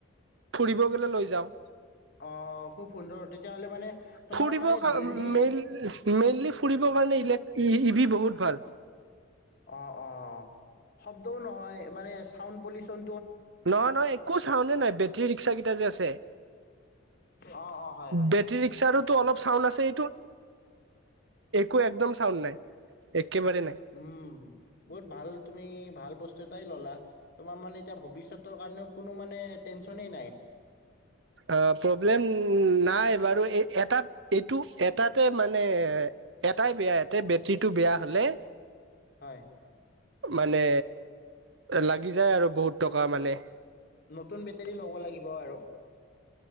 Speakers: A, on the right (about 60°); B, on the left (about 50°).
A: ফুৰিব গলে লৈ যাওঁ
B: অ খুব সুন্দৰ তেতিয়াহ'লে মানে তোমাৰ
A: ফুৰিব
B: মানে
A: কা
B: ডেইলি
A: মেইন মেইনলি ফুৰিবৰ কাৰণে ইলে ইভি বহুত ভাল
B: অ অ শব্দও নহয় মানে চাউণ্ড পলিউচন
A: নহয় নহয় একো চাউনে নাই বেটৰী ৰিক্সা কেই টা যে আছে
B: অ', অ', হয়, হয়,
A: বেটেৰী ৰিক্সাৰোতো অলপ চাউণ্ড আছে এইটো একো একদম চাউণ্ড নাই একেবাৰে নাই
B: উম বহুত ভাল তুমি ভাল বস্তু এটাই ল'লা তোমাৰ মানে এতিয়া ভৱিষ্যতৰ কাৰণেও কোনো মানে টেনশ্যনেই
A: অ প্ৰব্লেম নাই বাৰু এ এটাত এইটো এটাতে মানে এটাই বেয়া এতে বেটৰীটো বেয়া হ'লে
B: হয়
A: মানে লাগি যায় আৰু বহুত টকা মানে
B: নতুন বেটেৰী ল'ব লাগিব আৰু